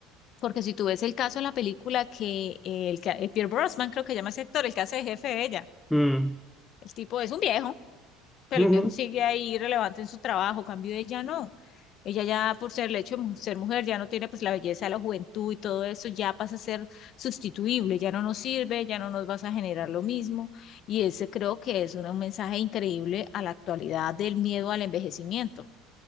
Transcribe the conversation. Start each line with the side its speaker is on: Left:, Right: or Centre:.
Left: Porque si tú ves el caso en la película que eh, el que eh, Pierce Brosnan, creo que llama ese actor, el que hace de jefe de ella,
Centre: mm,
Left: el tipo es un viejo pero
Centre: <laughs> ujú.
Left: el viejo sigue ahí relevante en su trabajo, cambio de ella no. Ella ya por ser el hecho de mu- ser mujer ya no tiene pues la belleza, la juventud y todo eso, ya pasa a ser sustituible, ya no nos sirve, ya no nos vas a generar lo mismo. Y ese creo que es una- un mensaje increíble a la actualidad del miedo al envejecimiento